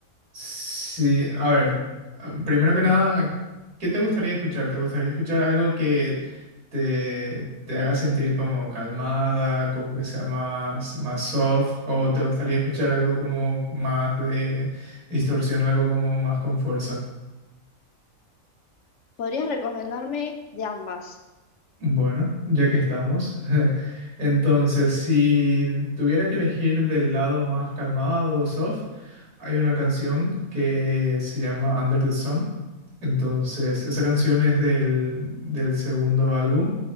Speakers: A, on the right (about 85°); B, on the left (about 65°).
A: Sí, a ver, ah, primero que nada, ¿qué te gustaría escuchar? ¿Te gustaría escuchar algo que te, te haga sentir como calmada, como que sea más, más soft? ¿O te gustaría escuchar algo como más de distorsión, algo como más con fuerza?
B: Podrías recomendarme de ambas.
A: Bueno, ya que estamos, <laughs> entonces si tuviera que elegir del lado más calmado o soft, hay una canción que se llama Under the Sun. Entonces, esa canción es del, del segundo álbum